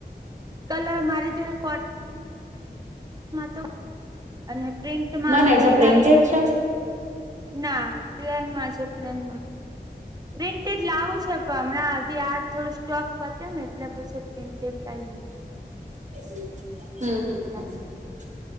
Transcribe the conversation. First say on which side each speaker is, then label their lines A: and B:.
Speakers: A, on the right (about 25°); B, on the right (about 45°).
A: કલ મારી જો કોર્ તો અને પ્રિન્ટમાં
B: ના ના એટલે
A: હજી
B: પ્રિન્ટેડ
A: લાઈન નહીં.
B: છે
A: ના પ્લેન માં છે પ્લેનમાં. પ્રિન્ટેડ લાવું છે પણ હમણાં હ આ થોડો સ્ટોક પત્યો ને એટલે પછી પ્રિન્ટેડ લાઇશ.
B: હમ હમ હમ
A: એટલા